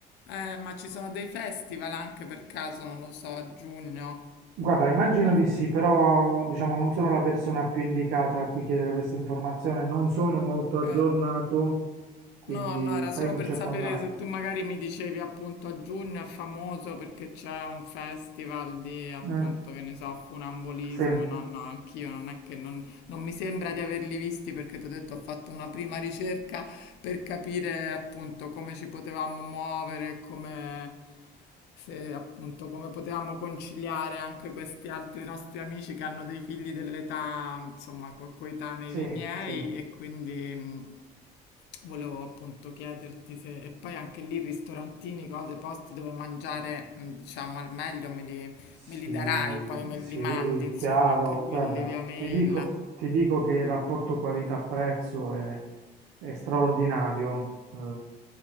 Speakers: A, on the left; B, on the right.
A: Eh, ma ci sono dei festival anche per caso, non lo so, a giugno.
B: Guarda, immagino
A: Eh,
B: di sì, però diciamo non sono la persona più indicata a cui chiedere questa informazione, non sono molto
A: Ok.
B: aggiornato, quindi
A: No, no, era solo
B: fai un
A: per
B: check
A: sapere
B: online.
A: se tu magari mi dicevi appunto a giugno è famoso perché c'è un festival di appunto
B: Mm,
A: che ne so, funambulismo.
B: sì,
A: No, no, anch'io non è che non, non mi sembra di averli visti perché ti ho detto ho fatto una prima ricerca per capire appunto come ci potevamo muovere, come se appunto come potevamo conciliare anche questi altri nostri amici che hanno dei figli dell'età, insomma, co- coetanei
B: sì,
A: dei miei
B: sì.
A: e quindi mh, Volevo appunto chiederti se, e poi anche lì ristorantini, cose, posti dove mangiare, mh, diciamo, al meglio me li,
B: Sì,
A: me li darai, poi me
B: sì,
A: li mandi, insomma,
B: chiaro.
A: anche quelli
B: Guarda,
A: via mail.
B: ti dico, ti dico che il rapporto qualità-prezzo è, è straordinario. Eh,